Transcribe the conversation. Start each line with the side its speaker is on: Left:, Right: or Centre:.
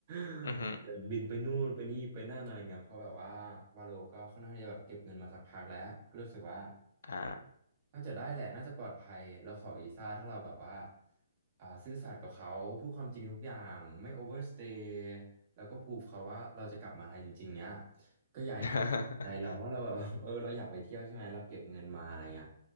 Right: <laughs>
Left: อือฮึ
Right: จะบินไปนู่นไปนี่ไปนั่นอะไรเงี้ยเพราะแบบว่าวาโลก็ค่อนข้างที่จะแบบเก็บเงินมาสักพักแล้วก็รู้สึกว่า
Left: อ่า
Right: น่าจะได้แหละ น่าจะปลอดภัยแล้วขอวีซ่าถ้าเราแบบว่าอ่าซื่อสัตย์กับเขาพูดความจริงทุกอย่างไม่โอเวอร์สเตย์แล้วก็พูดเขาว่าเราจะกลับมาไทยจริงๆเนี้ยก็อยากให้เขาสนใจเราว่าเราแบบว่า
Left: <laughs>
Right: <laughs> เออเราอยากไปเที่ยวใช่ไหมเราเก็บเงินมาอะไรเงี้ย